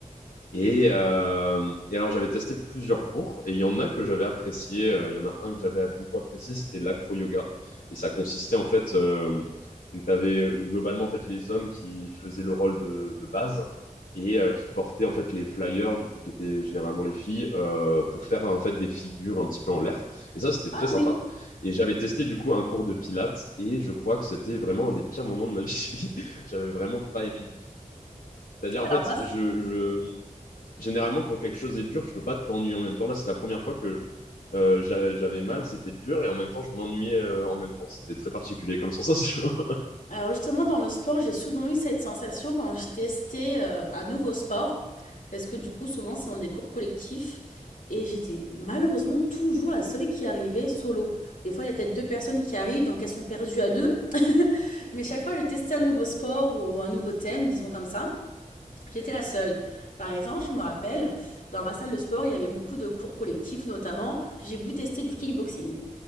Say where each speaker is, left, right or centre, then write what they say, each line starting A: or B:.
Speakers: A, on the left (about 85°); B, on the left (about 65°).
A: Et, euh, et alors, j'avais testé plusieurs cours et il y en a que j'avais apprécié. euh, Il y en a un que j'avais beaucoup apprécié, c'était l'acro-yoga. Et ça consistait en fait, euh, donc tu avais globalement en fait les hommes qui faisaient le rôle de, de base et euh, qui portaient en fait les flyers, du coup, qui étaient généralement les filles, euh, pour faire en fait des figures un petit peu en l'air. Et ça, c'était
B: Ah
A: très sympa.
B: oui,
A: Et j'avais testé du coup un cours de pilates et je crois que c'était vraiment un des pires moments de ma vie. <laughs> J'avais vraiment pas aimé du tout. C'est-à-dire, en
B: alors
A: fait,
B: moi, c-
A: je, je, généralement, quand quelque chose est dur, tu peux pas t'ennuyer en même temps. Là, c'est la première fois que euh, j'a- j'avais mal, c'était dur, et en même temps, je m'ennuyais euh, en même temps. C'était très particulier comme sensation. <laughs>
B: Alors justement, dans le sport, j'ai souvent eu cette sensation quand je testais euh, un nouveau sport, parce que du coup, souvent, c'est dans des cours collectifs, et j'étais malheureusement toujours la seule qui arrivait solo. Des fois, il y a peut-être deux personnes qui arrivent, donc elles sont perdues à deux. <laughs> Mais chaque fois, je testais un nouveau sport ou un nouveau thème, disons comme ça. J'étais la seule. Par exemple, je me rappelle, dans ma salle de sport, il y avait beaucoup de cours collectifs, notamment, j'ai voulu tester du kickboxing.